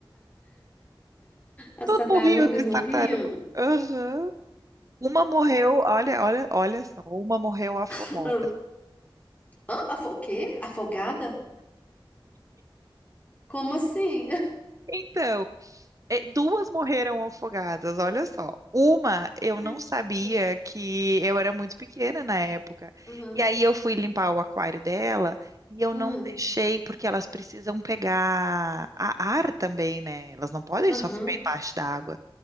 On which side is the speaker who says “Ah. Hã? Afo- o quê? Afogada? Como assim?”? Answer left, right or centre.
Left